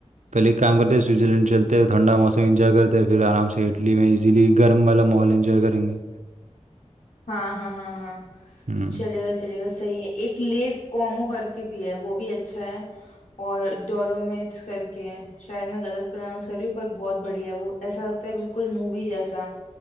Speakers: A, on the right (about 80°); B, on the left (about 75°).
A: पहले एक काम करते हैं स्विट्जरलैंड चलते हैं ठंडा मौसम एंजॉय करते हैं फिर आराम से इटली में इजीली गर्म वाला माहौल एंजॉय करेंगे
B: हाँ हाँ हाँ हाँ
A: हम्म
B: चलेगा चलेगा सही है एक लेक कोमो करके भी है वो भी अच्छा है और डोलोमाइट्स करके है शायद मैं गलत प्रोनाउंस कर रही हूँ पर बहुत बढ़िया है वो ऐसा लगता है बिल्कुल मूवी जैसा